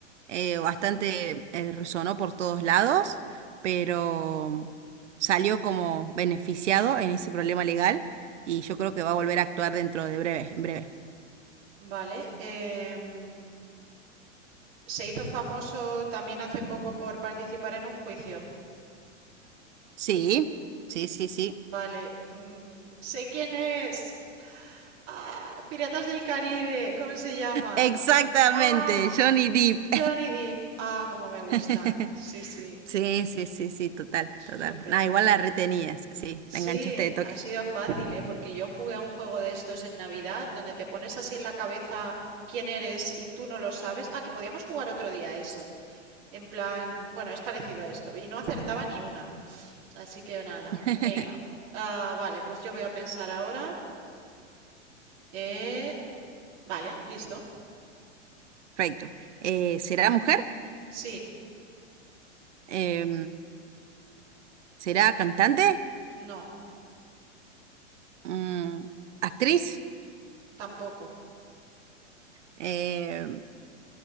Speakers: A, on the right; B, on the right.
A: eh, bastante eh, resonó por todos lados, pero salió como beneficiado en ese problema legal y yo creo que va a volver a actuar dentro de breve, en breve.
B: Vale. em, Se hizo famoso también hace poco por participar en un juicio.
A: Sí, sí, sí, sí.
B: Vale. mm, sé quién es. Ah, Piratas del Caribe. ¿Cómo se llama?
A: Exactamente,
B: Ah,
A: Johnny Depp.
B: Johnny Depp. Ah, cómo me
A: <laughs>
B: gusta. Sí, sí.
A: Sí, sí, sí, sí, total, total.
B: Súper.
A: Nah, igual la retenías, sí,
B: Sí,
A: la enganchaste de toque.
B: ha sido fácil, ¿eh? Porque yo jugué a un juego de estos en Navidad, donde te pones así en la cabeza quién eres y tú no lo sabes. Ah, que podíamos jugar otro día a eso. En plan, bueno, es parecido a esto. Y no acertaba ni una. Así que nada,
A: <laughs>
B: venga. Ah, vale, pues yo voy a pensar ahora. Eh, vale, listo.
A: Perfecto. Eh, ¿será mujer?
B: Sí,
A: Eh, ¿Será cantante?
B: no,
A: Mm, ¿actriz?
B: tampoco.
A: Eh,